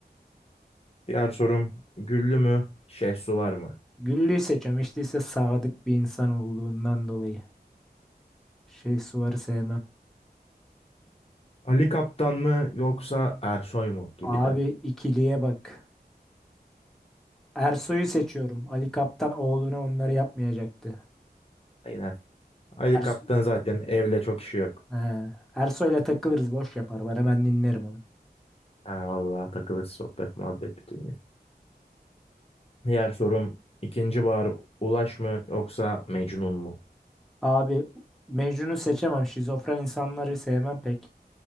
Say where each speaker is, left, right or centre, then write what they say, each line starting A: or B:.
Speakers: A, on the left (about 35°); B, in the centre.
A: Diğer sorum Güllü mü? Şehsu var mı?
B: Güllü'yü seçemiştiyse sadık bir insan olduğundan dolayı. Şey Suvar'ı sevmem.
A: Ali Kaptan mı yoksa Ersoy mu gibi
B: Abi
A: de.
B: ikiliye bak. Ersoy'u seçiyorum. Ali Kaptan oğluna onları yapmayacaktı.
A: Aynen. Ali
B: Erso
A: Kaptan zaten evle çok işi yok.
B: He. Ersoy'la takılırız boş yapar. bana, Ben dinlerim onu.
A: Ha, vallahi takılır sohbet muhabbet bütün gün. Diğer sorum ikinci bahar Ulaş mı yoksa Mecnun mu?
B: Abi Mecnun'u seçemem. Şizofren insanları sevmem pek.